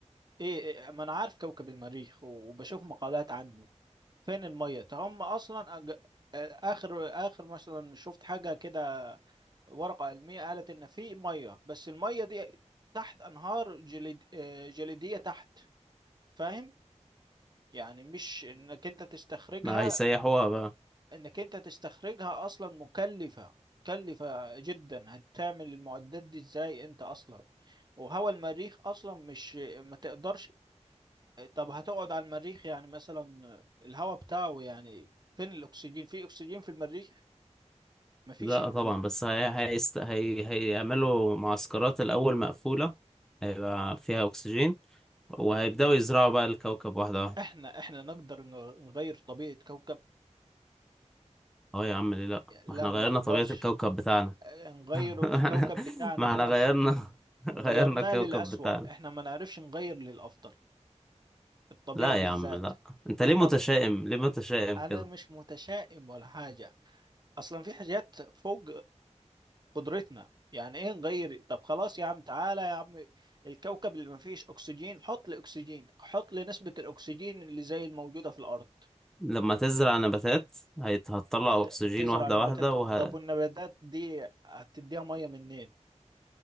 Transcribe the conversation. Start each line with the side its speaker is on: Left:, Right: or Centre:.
Right: ايه إيه، ما انا عارف كوكب المريخ وبشوف مقالات عنه فين المية ده هم اصلا أج... آه، اخر اخر مثلا شفت حاجة كده ورقة علمية قالت ان في مية بس المية دي تحت انهار جليد... آه، جليدية تحت فاهم يعني مش انك انت تستخرجها
Centre: ما هيسيحوها بقى
Right: انك انت تستخرجها اصلا مكلفة مكلفة جدا هتعمل المعدات دي ازاي انت اصلا وهو المريخ اصلا مش ما تقدرش طب هتقعد على المريخ يعني مثلا الهواء بتاعه يعني فين الاكسجين في اكسجين في المريخ مفيش
Centre: لا طبعا
Right: يعني
Centre: بس هي هيست... هي... هيعملوا معسكرات الأول مقفولة هيبقى فيها أكسجين وهيبدأوا يزرعوا بقى الكوكب واحدة واحدة
Right: احنا احنا نقدر نغ- نغير طبيعة كوكب
Centre: اه يا عم ليه لأ
Right: لا
Centre: ما احنا
Right: ما
Centre: غيرنا
Right: نقدرش
Centre: طبيعة الكوكب بتاعنا
Right: نغير
Centre: <laughs> ما
Right: الكوكب
Centre: احنا
Right: بتاعنا
Centre: ما
Right: ماشي
Centre: احنا غيرنا <laughs>
Right: غيرناه
Centre: غيرنا الكوكب
Right: للأسوأ
Centre: بتاعنا
Right: احنا ما نعرفش نغير للأفضل الطبيعة
Centre: لا
Right: بالذات
Centre: يا عم لا انت ليه
Right: احنا
Centre: متشائم ليه متشائم
Right: انا
Centre: كده
Right: مش متشائم ولا حاجه اصلا في حاجات فوق قدرتنا يعني ايه نغير طب خلاص يا عم تعالى يا عم الكوكب اللي ما فيش اكسجين حط لي اكسجين حط لي نسبه الاكسجين اللي زي الموجوده في الارض
Centre: لما تزرع نباتات هيت... هتطلع
Right: هت-
Centre: أكسجين
Right: تزرع
Centre: واحدة
Right: نباتات
Centre: واحدة وه...
Right: طب والنباتات دي هتديها ميه منين